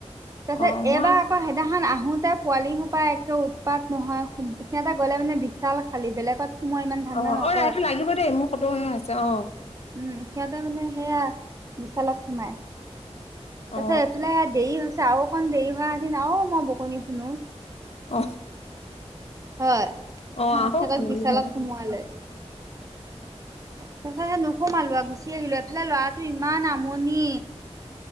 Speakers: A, on the right; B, on the left.
A: তাৰ
B: অ
A: পিছত
B: মই
A: এইবাৰ আকৌ সেদিনাখন আহোঁতে পোৱালিসোপা একে উৎপাত নহয় সিহঁতে গ'লে মানে বিশাল খালী বেলেগত সোমোৱা ইমান ধান্দা
B: অ
A: নক
B: অ ৰাইটো লাগিব দেই মোৰ সতৰ হে আছে অ'।
A: উম, সিহঁতে মানে সেয়া বিশালত সোমাই।
B: অ
A: তাৰপিছত এইফালে দেৰি হৈছে আৰু অকণ দেৰি হোৱাহেতেন আৰু মই বকনি শুনো।
B: আহ
A: হয়
B: আহ আহ
A: সিহঁতক
B: মিল
A: বিশালত
B: থ <unintelligible>
A: সোমোৱালে তাৰপিছত সে নোসোমালো আৰু গুচি আহিলো এফালে ল'ৰাটো ইমান আমনি।